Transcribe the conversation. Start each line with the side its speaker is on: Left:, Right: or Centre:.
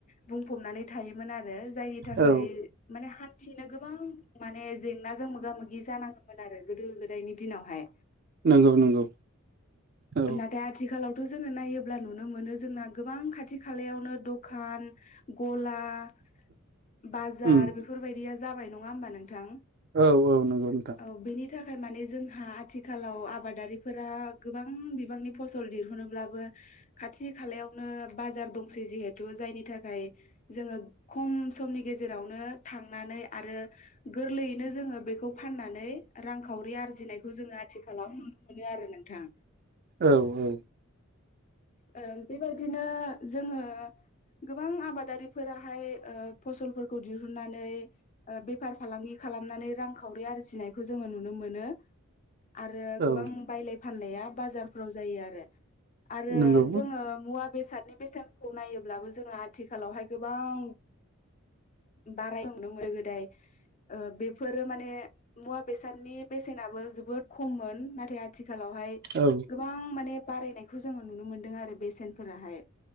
Left: बुंफबनानै थायोमोन आ रो जायनि थाखाय
Right: औ नंगौ औ
Left: माने हान्थिनो गोबां माने जेंनाजों मोगा मोगि जानां आरो गोदो गोदायनि दिनावहाय
Right: नंगौ नंगौ औ
Left: नाथाय आथिखालाव थ' जोङो नायोब्ला नुनो मोनो जोंना गोबां खाथि खालायावनो दखान गला आ बाजार
Right: उम
Left: बेफोरबायदिया जाबाय नङा हबा नोंथां?
Right: औ औ नंगौ। नोंथां
Left: औ बेनि थाखाय माने जोंहा आथिखालाव आबादारिफोरा गोबां बिबांनि फसल दिहुनोब्लाबो खाथि खालायावनो बाजार दंसै जिहेथु जायनि थाखाय जोङो ख'म समनि गेजेरावनो थांनानै आरो गोरलैयैनो जोङो बेखौ फानना नै रांखावरि आरजिनायखौ जोङो आथिखालाव नुनो मोनो आरो नोंथां।
Right: औ औ
Left: ओं बेबायदिनो जोङो गोबां आबादारिफोराहाय ओ फसलफोरखौ दिहुननानै ओ बेफार फालांगि खालामनानै रांखावरि आरजिनायखो जों नुनो आरो
Right: औ
Left: गोबां बायलाय फाननाय बाजारफ्राव जायो आरो
Right: नंगौ
Left: जोङो मुआ बेसादनि बेसेनखौ नायोब्लाबो जोङो आथिखालावहाय गोबां बाराय <unintelligible> गोदो गोदाय ओ बेफोरो माने मुवा बेसादनि बेसेनाबो जोबोद खममोन नाथाय आथिखालावहाय
Right: औ
Left: गोबां माने बारायनायखौ जोङो नुनो मोन्दों आरो बेसेनफोराहाय।